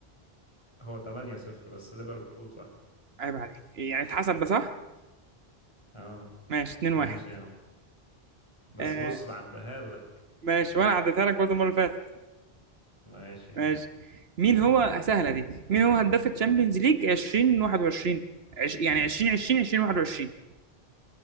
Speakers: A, on the left; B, on the right.
A: هو 8 صفر بس ليفربول صح
B: عيب عليك يعني اتحسب ده صح؟
A: اه
B: ماشي 2-1
A: ماشي يا عم بس
B: آه
A: بص بعدها لك
B: ماشي وانا عديتها لك برضه المرة اللي فاتت
A: ماشي يا
B: ماشي
A: عم
B: مين هو سهلة دي مين هو هداف الشامبيونز ليج 2021 عش... يعني 2020 2021